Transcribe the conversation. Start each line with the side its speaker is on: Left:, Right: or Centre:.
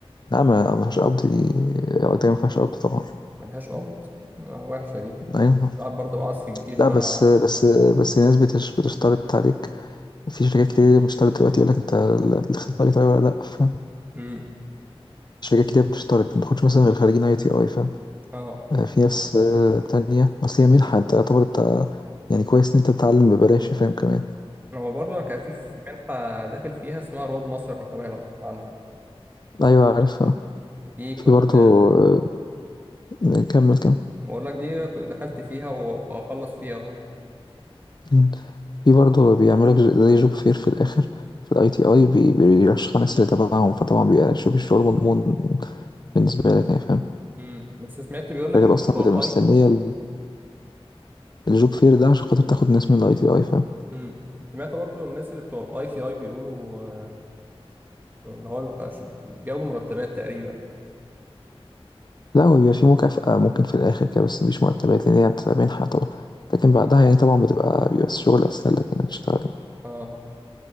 Left: لا ما ما فيهاش قبض دي وقتها ما فيهاش قبض طبعا
Right: ملهاش قبض آه وحشه دي
Left: ايوه
Right: قاعد برضه بقى عايز في الجيش
Left: لا
Right: بقى
Left: بس بس بس الناس بتش... بتشترط عليك في شركات كتير بتشترط دلوقتي يقول لك انت ال- الخريج اي تي اي ولا لا فاهم
Right: امم
Left: شركات كتير بتشترط ما تاخدش مثلا غير خريجين اي تي اي فاهم
Right: اه
Left: آه، في ناس آه، تانية اصل هي منحة انت يعتبر انت يعني كويس ان انت بتتعلم ببلاش فاهم كمان
Right: هو برضه انا كان في في منحه داخل فيها اسمها رواد مصر الرقميه لو تسمع عنها
Left: <clears throat> ايوه عارف
Right: دي كنت
Left: في برضه آه، كمّل، كمّل.
Right: بقول لك دي كنت دخلت فيها وبخلص فيها اهو
Left: إمم. في برضه بيعملوا لك ج زي job fair في الآخر في الITI بي بيرشّحوا الناس اللي تبعهم، فطبعًا بيبقى الش الشغل مضمون بالنسبة لك يعني فاهم،
Right: امم بس سمعت بيقول لك
Left: الشركات
Right: ان بتوع
Left: أصلًا بتبقى
Right: الاي
Left: مستنية ال الjob fair ده عشان خاطر تاخُد ناس من الITI فاهم،
Right: امم سمعت برضو الناس اللي بتوع الاي سي اي بيقولوا آه، ان هو بيبقى ش- بياخدوا مرتبات تقريبا
Left: لأ هو بيبقى في مكافأة ممكن في الآخر كده بس ما فيش مرتبات لإن هي بتبقى منحة طبعًا، لكن
Right: امم
Left: بعدها يعني طبعًا بتبقى بيبقى الشغل أسهل لك إنّك تشتغل يعني،
Right: اه